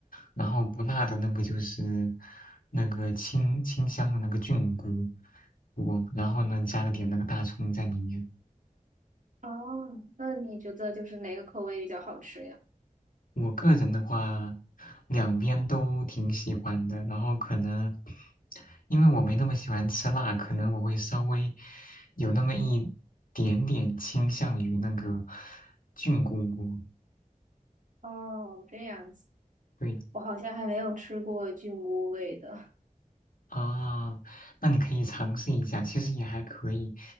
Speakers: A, on the left; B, on the right.
A: 然后不辣的那个就是那个清清香的那个菌菇锅，然后呢加了点那个大葱在里面。
B: 哦，那你觉得就是哪个口味比较好吃呀？
A: 我个人的话，两边都挺喜欢的。然后可能因为我没那么喜欢吃辣，可能我会稍微有那么一点点倾向于那个菌菇菇。
B: 哦，这样子，
A: 对
B: 我好像还没有吃过菌菇味的。
A: 啊，那你可以尝试一下，其实也还可以。